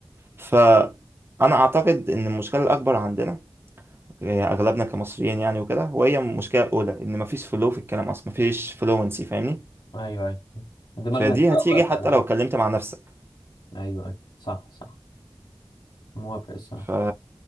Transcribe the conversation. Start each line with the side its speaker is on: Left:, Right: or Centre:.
Right: فأنا أعتقد إن المشكلة الأكبر عندنا آه، أغلبنا كمصريين يعني وكده وهي المشكلة الأولى إن مفيش فلو في الكلام أصلا مفيش فلوينسي فاهمني
Left: ايوه ايوه دماغنا
Right: فدي
Left: بتبقى
Right: هتيجي
Left: واقفه
Right: حتى
Left: لحد
Right: لو اتكلمت مع نفسك
Left: ايوه ايوه صح صح موافق الصراحه
Right: ف